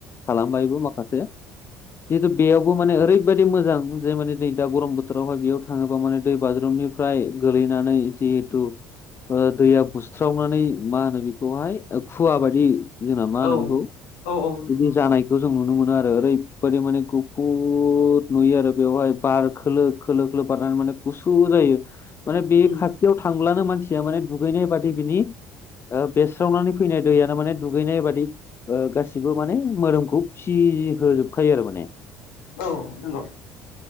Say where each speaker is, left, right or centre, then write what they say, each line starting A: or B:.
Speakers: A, on the left; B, on the left.
A: खालामबायबो माखासे जिहेथु बेयावबो माने ओरैबायदि मोजां जे माने दै दा गरम बोथोरावहाय बेयाव थाङोबा माने दै बाज्रुमनि फ्राय गोलैनानै जिहेथु दैया बुस्रावनानै मा होनो बेखौहाय खुवा बायदि जोंना मा होनो
B: औ
A: बेखौ
B: औ नंगौ
A: बिदि जानाय बेखौ जों नुनो मोनो आरो ओरैबायादि माने गुफुुर नुयो आरो बेवहाय बार खोलो खोलो खोलो बारनानै माने गुसु जायो माने बे
B: उम
A: खाथियाव थांबानो मानसि मे दुगैनाय बादि बिनि बेस्रावनानै फैनाय दैयनो माने दुगैनाय बादि गासिबो माने मोदोमखौ फिसि होजोबखायो आरो माने
B: औ नंगौ